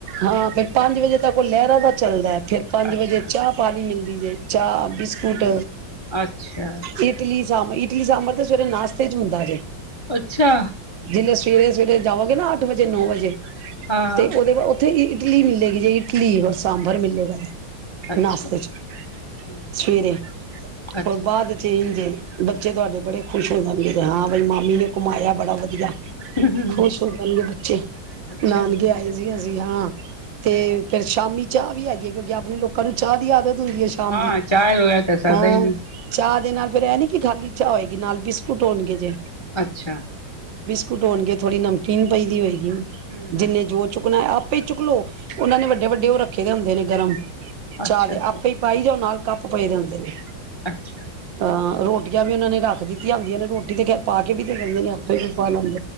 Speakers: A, on the right (about 75°); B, on the left (about 25°).
A: ਹਾਂ ਫਿਰ ਪੰਜ ਵਜੇ ਤੱਕ ਉਹ ਲਹਿਰਾਂ ਦਾ ਚੱਲਦਾ ਫੇਰ ਪੰਜ
B: ਅੱਛਾ
A: ਵਜੇ ਚਾਹ ਪਾਣੀ ਮਿਲ ਦੀ ਜੇ ਚਾਹ ਬਿਸਕੁਟ।
B: ਅੱਛਾ,
A: ਇਟਲੀ ਇਡਲੀ ਸਾਂਬਰ ਤੇ ਸਵੇਰੇ ਨਾਸ਼ਤੇ ਚ ਮਿਲਦਾ ਜੇ
B: ਅੱਛਾ।
A: ਜਿਵੇਂ ਸਵੇਰੇ-ਸਵੇਰੇ ਜਾਵਾਂਗੇ ਨਾਂ ਅੱਠ ਵਜੇ ਨੌ ਵਜੇ।
B: ਹਾਂ।
A: ਤੇ ਉਹਦੇ ਬਾਅਦ ਓ ਥੇ ਇਟਲੀ ਮਿਲੇਗੀ ਜੇ ਇਟਲੀ ਹੋਰ ਸਾਂਬਰ ਮਿਲੇਗਾ ਜੇ।
B: ਅੱਛਾ।
A: ਨਾਸ਼ਤੇ ਚ
B: ਹੂੰ
A: ਸਵੇਰੇ
B: ਅੱਛਾ,
A: ਹੋਰ ਬਾਅਦ ਚ ਇੰਝੇ ਬੱਚੇ ਤੁਆਡੇ ਬੜੇ ਖੁਸ਼ ਹੋ ਜਾਂਦੇ ਨੇ, ਹਾਂ ਬਈ ਮਾਮੀ ਨੇ ਘੁਮਾਇਆ ਬੜਾ ਵਧੀਆ।
B: ਹੂੰ
A: ਖੁਸ਼ ਹੋ ਜਾਣਗੇ ਬੱਚੇ
B: ਅੱਛਾ
A: ਨਾਨਕੇ ਆਏ ਸੀ ਅਸੀਂ ਹਾਂ ਤੇ ਫੇਰ ਸ਼ਾਮੀ ਚਾਹ ਵੀ ਹੈਗੀ ਐ ਕਿਉਂਕਿ ਆਪਣੇ ਲੋਕਾਂ ਨੂੰ ਚਾਹ ਦੀ ਆਦਤ ਹੁੰਦੀ ਐ ਸ਼ਾਮ
B: ਹਾਂ
A: ਦੀ।
B: ਚਾਏ ਵਗੈਰਾ ਤਾਂ ਸਰਦਾ
A: ਹਾਂ
B: ਈ ਨੀ
A: ਚਾ ਦੇ ਨਾਲ ਫਿਰ ਇਹ ਨੀ ਕਿ ਖਾਲੀ ਚਾਹ ਹੋਏਗੀ ਨਾਲ ਬਿਸਕੁਟ ਹੋਣਗੇ ਜੇ।
B: ਅੱਛਾ।
A: ਕੁੱਟ ਹੋਣਗੇ ਥੋੜ੍ਹੀ ਨਮਕੀਨ ਪਈ ਦੀ ਹੋਈ
B: ਹੂੰ
A: ਜਿੰਨੇ ਜੋ ਚੁੱਕਣਾ ਆਪ ਚੁਕ ਲੋ ਉਹਨਾਂ ਨੇ ਵੱਡੇ-ਵੱਡੇ ਉਹ ਰੱਖੇ ਦੇ ਹੁੰਦੇ ਨੇ ਗਰਮ ਚਾਹ
B: ਅੱਛਾ,
A: ਦੇ
B: ਅੱਛਾ।
A: ਆਪੇ ਹੀ ਪਾਈ ਜਾਓ ਨਾਲ ਕੱਪ ਪਏਦੇ ਹੁੰਦੇ ਨੇ।
B: ਅੱਛਾ,
A: ਹਾਂ ਰੋਟ ਰੋਟੀਆਂ ਵੀ ਉਹਨਾਂ ਨੇ ਰੱਖ ਦਿੱਤੀਆਂ ਹੁੰਦੀਆਂ ਨੇ ਰੋਟੀ ਤੇ ਖੈਰ ਪਾ ਕੇ ਵੀ ਦਿੰਦੇ ਨੇ, ਆਪੇ ਵੀ ਪਾ ਲੈਂਦੇ